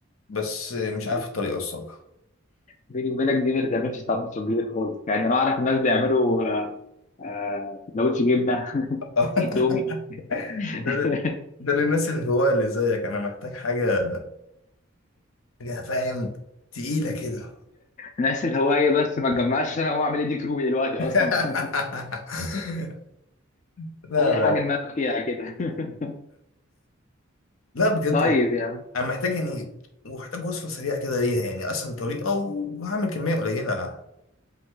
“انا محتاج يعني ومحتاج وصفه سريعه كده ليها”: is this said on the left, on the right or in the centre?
Left